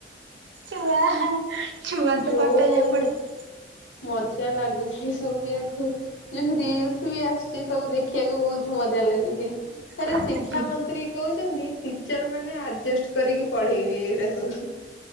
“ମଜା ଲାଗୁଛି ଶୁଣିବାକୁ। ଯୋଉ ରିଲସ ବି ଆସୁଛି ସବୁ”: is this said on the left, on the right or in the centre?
Left